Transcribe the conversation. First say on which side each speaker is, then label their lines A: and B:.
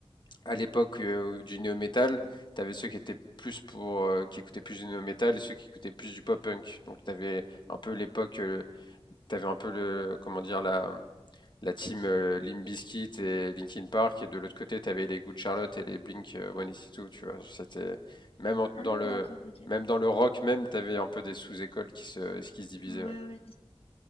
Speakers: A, on the left; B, on the left.
A: à l'époque euh, du néo-metal, t'avais ceux qui étaient plus pour, euh, qui écoutaient plus du néo-metal et ceux qui écoutaient plus du pop-punk. Donc t'avais un peu l'époque, euh, t'avais un peu le, comment dire, la, la team euh, Limp Bizkit et Linkin Park et de l'autre côté t'avais les Good Charlotte et les Blink euh, 182. Tu vois, c'était même en-
B: Ah
A: dans
B: ouais,
A: le,
B: d'accord, ok.
A: même dans le rock même, t'avais un peu des sous-écoles qui se, qui se divisaient.
B: Ouais,
A: Ouais,
B: ouais.